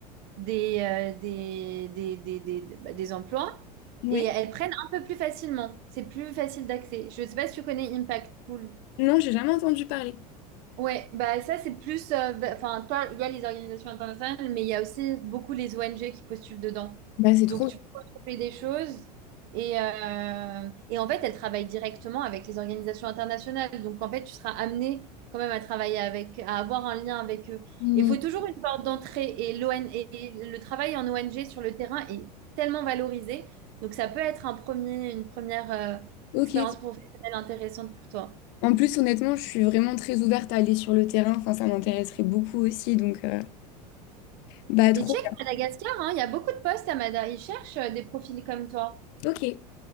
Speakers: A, on the right (about 50°); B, on the left (about 50°).
A: des, euh, des, des, des, des, de- bah, des emplois
B: Ouais.
A: et elles prennent un peu plus facilement. C'est plus facile d'accès. Je ne sais pas si tu connais Impact Pool.
B: Non, j'ai jamais entendu parler.
A: Ouais, bah ça c'est plus, euh, v- enfin toi, il y a les organisations internationales, mais il y a aussi beaucoup les ONG qui postulent dedans.
B: Bah c'est trop.
A: Donc tu peux retrouver des choses et, euh, et en fait elles travaillent directement avec les organisations internationales. Donc en fait tu seras amené quand même à travailler avec, à avoir un lien avec eux.
B: Hmm,
A: Il faut toujours une porte d'entrée et l'ON et et le travail en ONG sur le terrain est tellement valorisé. Donc ça peut être un premier, une première euh,
B: Ok.
A: expérience professionnelle intéressante pour toi.
B: En plus, honnêtement, je suis vraiment très ouverte à aller sur le terrain. Enfin, ça m'intéresserait beaucoup aussi. Donc, euh, bah trop.
A: Et check Madagascar, hein, il y a beaucoup de postes à Madagascar. Ils cherchent euh, des profils comme toi.
B: bien. Ok,